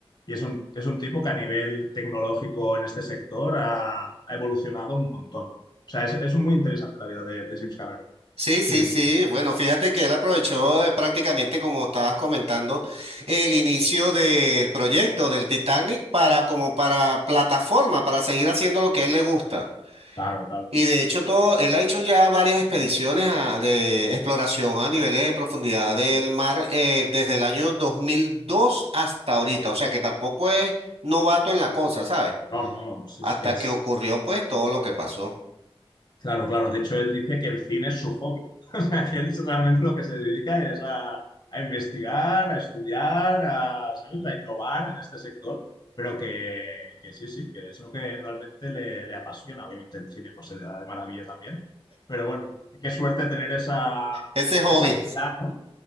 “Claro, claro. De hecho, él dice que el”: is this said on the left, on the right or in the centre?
Left